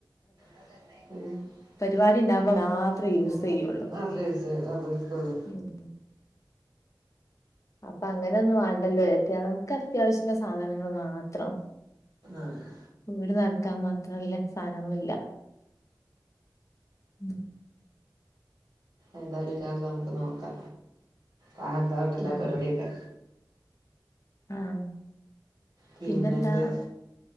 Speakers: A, on the right (about 55°); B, on the left (about 40°).
A: അതന്നെ ഉം
B: പരിപാടി
A: പരിവാടിണ്ടാവുമ്പം
B: ഉണ്ടാവുമ്പോ മാത്രേ യൂസ് ചെയ്യുള്ളൂ
A: മാത്രം യൂസെയ്യും മാത്ര യൂസ തെ അവര്ക്കൊള്ളു.
B: ഉം അപ്പങ്ങനെന്നു വാണ്ടല്ലോ ഏക്യാതം ക്കത്ത്യാവശ്യള്ള സാധനങ്ങൾ മാത്രം.
A: ആ
B: വീട് നെർക്കാ മാത്രല്ല സാനൊന്നുല്ല ഉം.
A: ഏതാലും യാ അള്ളാ നമക്ക് നോക്ക റാഹത്താവട്ടെ എല്ലാ
B: ഉം
A: പര് വാടിയൊക്കെ.
B: ആഹ്
A: പിന്നെന്ത്
B: പിന്നെന്താ?